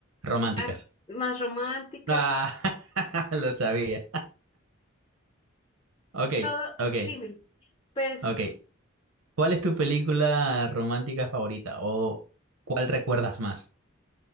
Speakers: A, on the right (about 80°); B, on the left (about 25°).
A: Románticas.
B: ar- más románticas.
A: Ah, <laughs> lo sabía. Ok,
B: Todo,
A: ok,
B: dime. Pues
A: ok. ¿Cuál es tu película romántica favorita? ¿O cuál recuerdas más?